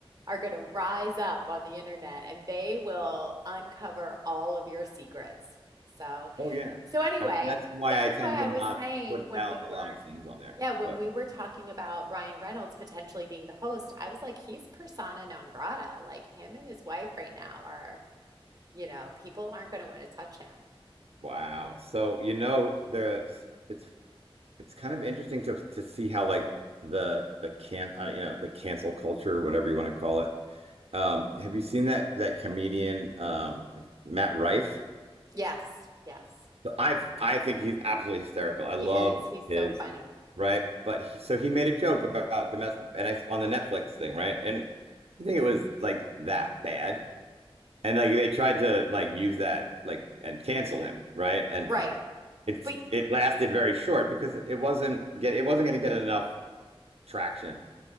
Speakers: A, on the right; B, on the right.
A: are going to rise up on the internet and they will uncover all of your secrets. So,
B: Oh yeah.
A: so anyway,
B: I mean, that's why
A: that's
B: I tend
A: why I
B: to not
A: was saying
B: put
A: when
B: out
A: we
B: a
A: were
B: lot of things on there.
A: Yeah, when
B: But
A: we were talking about Ryan Reynolds potentially being the host, I was like, he's persona non grata. Like him and his wife right now are, you know, people aren't going to want to touch him.
B: wow. So you know the it's it's kind of interesting to to see how like the the can I don't- you know the cancel culture, whatever you want to call it. Um, have you seen that that comedian um Matt Rife?
A: Yes, yes.
B: So I've I think he's absolutely hysterical. I love
A: He is. He's
B: his
A: so funny.
B: right, but he so he made a joke about the mess and I on the Netflix thing, right? And I think it was like that bad. And like they tried to like use that like and cancel him, right? And
A: Right.
B: th it's
A: But
B: it lasted very short because it wasn't get it wasn't going to get enough traction,